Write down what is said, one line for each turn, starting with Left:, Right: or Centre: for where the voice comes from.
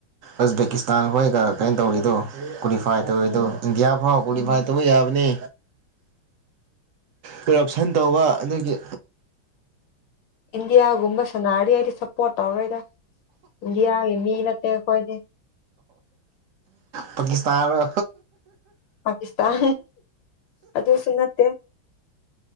Right: ꯑꯁꯕꯦꯀꯤꯁꯇꯥꯟ ꯍꯣꯏꯒ ꯀꯩꯅꯣ ꯇꯧꯔꯤꯗꯣ ꯀꯨꯂꯤꯐꯥꯏ ꯇꯧꯗꯣ
Left: ꯎꯝ
Right: ꯏꯟꯗꯤꯌꯥ ꯐꯥꯎ ꯀꯨꯂꯤꯐꯥꯏ
Left: ꯎꯝ
Right: ꯇꯧꯕ ꯌꯥꯕꯅꯦ ꯀꯔꯞꯁꯟ ꯇꯧꯕ ꯑꯗꯒꯤ
Left: ꯏꯟꯗꯤꯌꯥꯒꯨꯝꯕ ꯁꯥꯟꯅꯗꯤ ꯍꯥꯏꯗꯤ ꯁꯞꯄꯣꯔꯠ ꯇꯧꯔꯣꯏꯗ ꯏꯟꯗꯤꯌꯥꯒꯤ ꯃꯤ ꯅꯠꯇꯦ ꯑꯩꯈꯣꯏꯗꯤ
Right: ꯄꯥꯀꯤꯁꯇꯥꯟꯔꯣ
Left: ꯄꯥꯀꯤꯁꯇꯥꯟ ꯑꯗꯨꯁꯨ ꯅꯠꯇꯦ